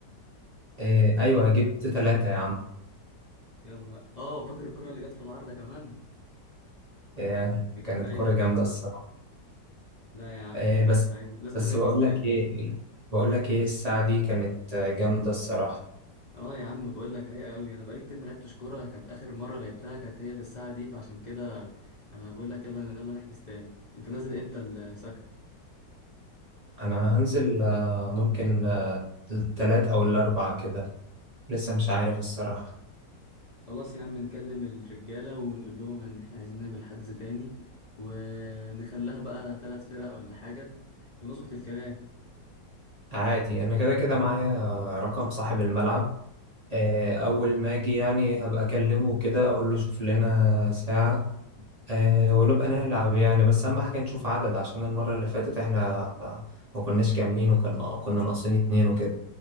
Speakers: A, on the right (about 50°); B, on the left (about 45°).
A: آه أيوة جبت ثلاثة يا عم
B: يا نهار اه فاكر الكرة اللي جت في العارضة كمان
A: آه
B: دي كانت
A: كانت
B: رايقة
A: كورة
B: دي
A: جامدة الصراحة
B: لا يا عم
A: آه
B: ده
A: بس
B: عايز- لازم
A: بس
B: نحجز
A: بقول
B: تاني
A: لك إيه بقول لك إيه الساعة دي كانت آه، جامدة الصراحة
B: اه يا عم بقول لك رايقه قوي انا بقالي كتير ما لعبتش كوره كانت اخر مره لعبتها كانت هي في الساعه دي فعشان كده انا بقول لك يلا يلا نحجز تاني انت نازل امتى السكن
A: انا هنزل آه، ممكن آه، التلات او الاربع كده لسه مش عارف الصراحة
B: خلاص يا عم نكلم الرجاله ونقول لهم ان احنا عايزين نعمل حجز تاني ونخليها بقى ثلاث فرق ولا حاجه ونظبط الكلام
A: عادي انا كده كده معايا آه، رقم صاحب الملعب آه، اول ما اجي يعني هبقى اكلمه كده اقول له شوف لنا ساعة آه، ونبقى نلعب يعني بس اهم حاجة نشوف عدد عشان المرة اللي فاتت احنا ما كناش كاملين وكنا كنا ناقصين اتنين وكده